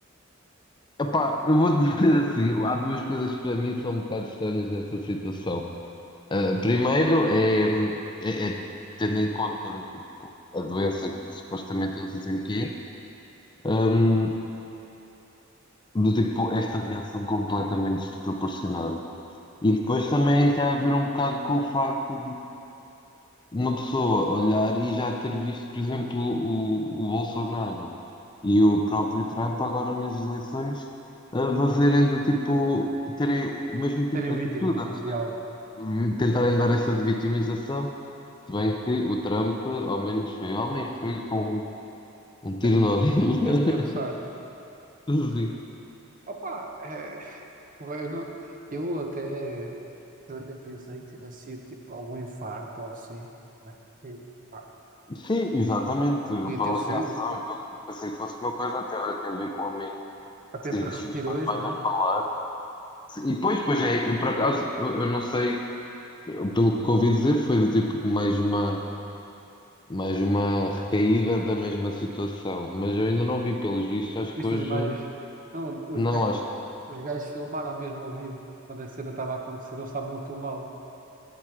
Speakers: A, on the left (about 20°); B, on the right (about 40°).
A: Epá, eu vou dizer assim, há duas coisas que para mim são um bocado estranhas nesta situação. Ah, primeiro é, é- é tendo em conta do tipo, a doença que supostamente eles dizem que é, hum, do tipo esta reação completamente desproporcionada. E depois também tem a ver um bocado com o facto uma pessoa olhar e já ter visto, por exemplo, o, o Bolsonaro e o próprio Trump agora nas eleições a fazerem do tipo, terem o mesmo tipo
B: Serem vítimas,
A: de atitude,
B: né,
A: antes
B: de algo.
A: de tentarem dar essa de vitimização, se bem que o Trump ao menos foi homem, foi com um tiro
B: Esse
A: na orelha.
B: esse ter sorte.
A: <laughs> Sim.
B: Opa, eh, eu, não- eu até, eu até pensei que tivesse sido tipo algum infarto ou assim, né? E, pá,
A: Sim, exatamente. Eu,
B: podia
A: Pela
B: ter sido,
A: reação, eu pelo- pensei que fosse uma coisa até agora quer ver com o homem.
B: até
A: Sim,
B: para repetir
A: sim, está
B: hoje,
A: mais
B: né?
A: a falar. E depois, pois pois é, eu por acaso, eu eu não sei, eu- pelo que ouvi dizer, foi do tipo mais uma, mais uma recaída da mesma situação, mas eu ainda não vi pelos vistos, acho
B: Viste
A: que hoje,
B: as imagens? Não, os
A: não,
B: gajos,
A: acho que.
B: os gajos filmaram mesmo ao vivo, quando a cena estava a acontecer, eles estavam a filmá-lo.